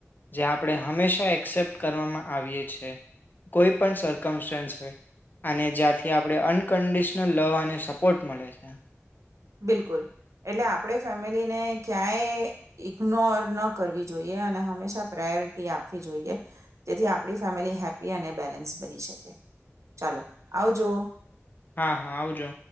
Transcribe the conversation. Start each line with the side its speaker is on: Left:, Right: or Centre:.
Left: જે આપણે હંમેશા એક્સેપ્ટ કરવામાં આવીએ છ છે કોઈ પણ સરર્કમસ્ટાન્સ હોય અને જ્યાંથી આપણે અનકન્ડિશનલ લવ અને સપોર્ટ મળે છે.
Right: બિલકુલ એટલે આપણે ફેમિલીને ક્યાંય ઇગ્નોર ન કરવી જોઈએ અને હંમેશા પ્રાયોરિટી આપવી જોઈએ જેથી આપણી ફેમિલી હેપ્પી અને બેલેન્સ બની શકે. ચાલો આવજો.
Left: હા હા આવજો